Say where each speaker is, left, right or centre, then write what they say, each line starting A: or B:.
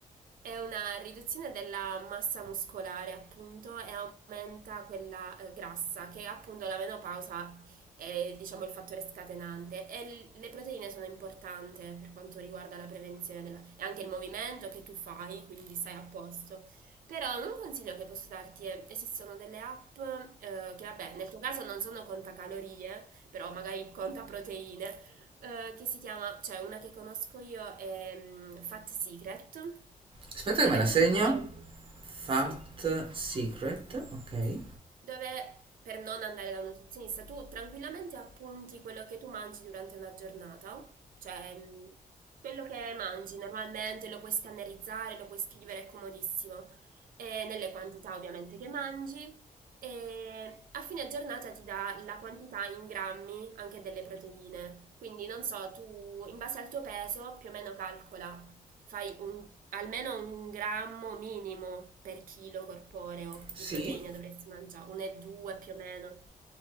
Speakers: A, on the right; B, on the right.
A: È una riduzione della massa muscolare, appunto, e aumenta quella eh, grassa, che appunto la menopausa è, diciamo, il fattore scatenante. E l- le proteine sono importanti per quanto riguarda la prevenzione della- e anche il movimento che tu fai, quindi stai a posto. Però un consiglio che posso darti è, esistono delle app, eh, che vabbè, nel tuo caso non sono contacalorie, però magari conta proteine, eh, che si chiama, cioè una che conosco io è mm, Fat Secret,
B: Aspetta
A: dove
B: che me la
A: tu
B: segno.
A: puoi...
B: Fat
A: Sì,
B: Secret, ok.
A: dove per non andare da un nutrizionista tu tranquillamente appunti quello che tu mangi durante una giornata, cioè mh, quello che mangi normalmente lo puoi scannerizzare, lo puoi scrivere, è comodissimo, e nelle quantità ovviamente che mangi. E a fine giornata ti dà la quantità in grammi anche delle proteine, quindi non so, tu in base al tuo peso più o meno calcola, fai un Almeno un grammo minimo per chilo corporeo
B: Sì,
A: di proteine dovresti mangiare, 1,2 più o meno.